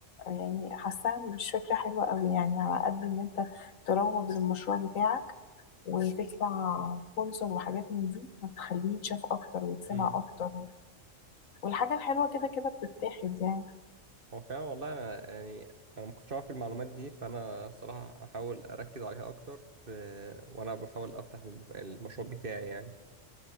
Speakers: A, on the left; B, on the right.
A: يعني حاساها مش فكرة حلوة قوي يعني على قد ان انت تروج للمشروع بتاعك وتدفع سبونسر وحاجات من دي هتخليه يتشاف اكتر ويتسمع
B: مم.
A: اكتر والحاجة الحلوة كده كده بتتاخد يعني
B: هو فعلا والله أنا يعني انا ما كنتش عارف المعلومات دي فانا الصراحه هحاول اركز عليها اكتر في وانا بحاول افتح الب- المشروع بتاعي يعني